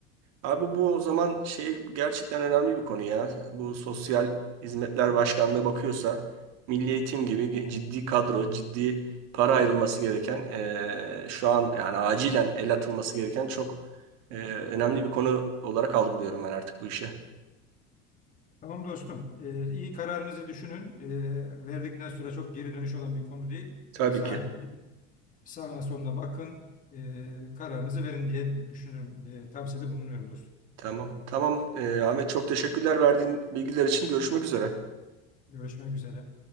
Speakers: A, on the right; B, on the left.
A: Abi bu o zaman şey gerçekten önemli bir konu ya. Bu Sosyal Hizmetler Başkanlığı bakıyorsa Milli Eğitim gibi ge- ciddi kadro, ciddi para ayrılması gereken eee, şu an yani acilen el atılması gereken çok eee, önemli bir konu olarak algılıyorum ben artık bu işi.
B: Tamam dostum. Ee, iyi kararınızı düşünün. Ee, verdikten sonra çok geri dönüş olan bir konu değil.
A: Tabii
B: Ee, sadece
A: ki.
B: Sağına soluna bakın, e, kararınızı verin diye düşünüyorum, diye tavsiyede bulunuyoruz.
A: Tamam. Tamam. Eee, Ahmet çok teşekkürler verdiğin bilgiler için. Görüşmek üzere.
B: Görüşmek üzere.